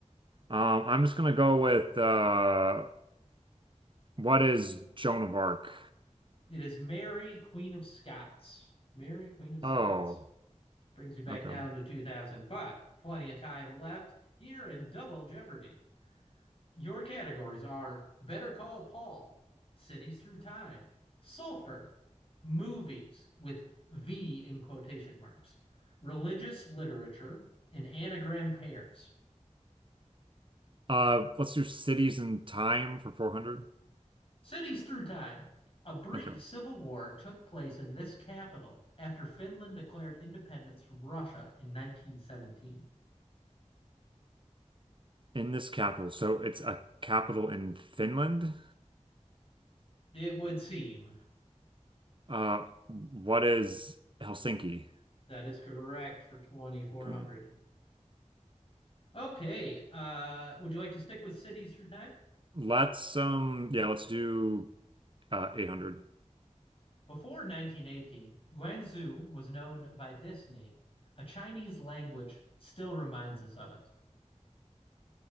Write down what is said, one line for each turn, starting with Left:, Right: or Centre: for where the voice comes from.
Right: Um, I'm just gonna go with uh, what is Joan of Arc?
Left: It is Mary, Queen of Scots. Mary, Queen of Scots.
Right: Oh,
Left: Brings you back
Right: okay.
Left: down to 2000, but plenty of time left here in Double Jeopardy. Your categories are Better Call Paul, Cities Through Time, Sulfur, Movies with V in quotation marks, Religious Literature, and Anagram Pairs.
Right: Uh, let's do cities and time for 400.
Left: Cities through time. A brief
Right: Okay.
Left: civil war took place in this capital after Finland declared independence from Russia in 1917.
Right: In this capital, so it's a capital in Finland.
Left: It would seem
Right: Uh, what is Helsinki?
Left: that is correct for 2400.
Right: Okay.
Left: Okay, uh, would you like to stick with cities through time?
Right: Let's um, yeah, let's do uh 800.
Left: Before 1918, Guangzhou was known by this name. A Chinese language still reminds us of it.